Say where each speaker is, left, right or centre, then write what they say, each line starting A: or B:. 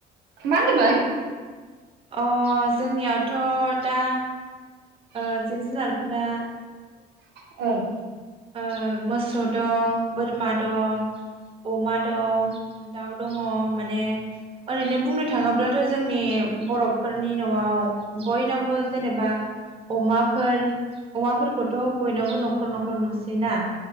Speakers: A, on the right; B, on the right.
A: मा होन्दोंमोन?
B: अ जोंनियावथ दा ओ जिब जुनारफोरा
A: औ।
B: ओ मोसौ दं बोरमा दं अमा दं दाउ दङ माने ओरैनो बुंनो थाङोब्लाथ जोंनि बर'फोरनि न'आव बयनावबो जेनेबा अमाफोर अमाफोरखौथ बयनावबो नखर नखर नुसैना